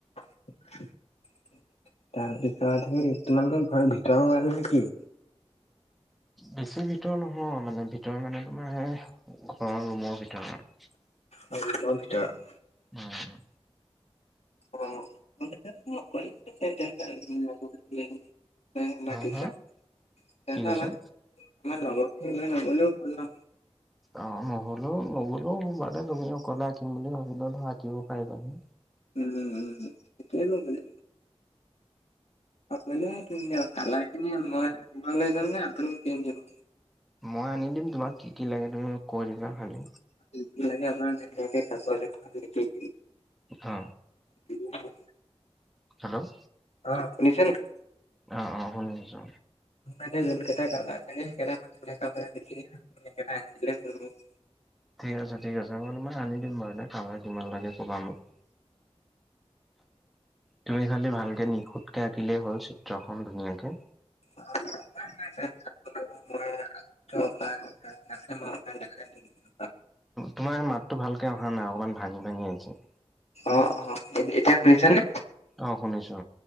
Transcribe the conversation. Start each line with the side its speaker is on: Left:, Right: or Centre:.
Left: তাৰপিছত সেই তোমালোকৰ ঘৰৰ ভিতৰৰ ৱাল নে কি?
Centre: বেছি ভিতৰ নহয় মানে ভিতৰ মানে তোমাৰ হে ঘৰৰ ৰুমৰ ভিতৰত।
Left: হয় ৰোমৰ ভিতৰত।
Centre: অ উ।
Left: অ <unintelligible> নে মাতিছা।
Centre: হা হা
Left: তেনেহলে
Centre: কি কৈছা
Left: আমাল আমাৰ লগৰখিনি লৈ নগলেও হ'ল নহ।
Centre: অ নহলেও নগলেও বানে তুমি অকলে আঁকিম বুলি ভাবিলো ধৰ আঁকিব পাৰিবা হি।
Left: উম উম উম সেতোৱে ল'বলে অকলেই আকিম দিয়ক। কালাৰ খিনি মই লৈ যাম নে আপুনি কিনি দিব?
Centre: মই আনি দিম তোমাক কি কি লাগে তুমি মোক কৈ দিবা খালী।
Left: কি কি লাগে আপোনাক ভেলেগে কাগজ এখনত লিখি দিম।
Centre: অ
Left: <unintelligible>
Centre: হেল্ল'
Left: অ শুনিছে নেক-
Centre: অ অ শুনি আছো।
Left: মানে যোনকেইটা কালাৰ লাগে <unintelligible> লিখি দিম হা আপুনি আনি দিলে হ'ল মোক।
Centre: ঠিক আছে ঠিক আছে মই তোমাক আনি দিম বাৰুতে কালাৰ কিমান লাগে ক'বা মোক। তুমি খালী ভালকে নিখুঁতকে আঁকিলেই হ'ল চিত্ৰখন ধুনীয়াকে।
Left: <unintelligible> <unintelligible>
Centre: তোমাৰ মাতটো ভালকে অহা নাই অকণমান ভাঙি ভাঙি আহিছে।
Left: অ অ এতিয়া শুনিছে নে?
Centre: অ শুনিছো।